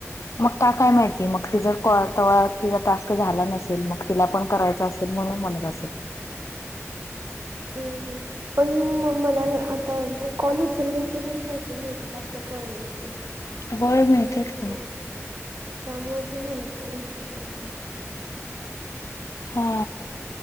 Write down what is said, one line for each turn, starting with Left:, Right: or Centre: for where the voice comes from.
Left: मग का काय माहिती मग. मग तिजा जर कॉल तेव्हा टास्क झाला नसेल. तील मग तिला पण करायच असेल. म्हणून म्हणत असेल.
Right: हम्. पण म मला आता. ते कॉल मेसेज पण पैसे मिळतात असं कळलं की.
Left: होय माहितीयेच
Right: त्यामुळं
Left: की.
Right: त्यामुळे ती म्हणत पण असेल त्याच.
Left: हा.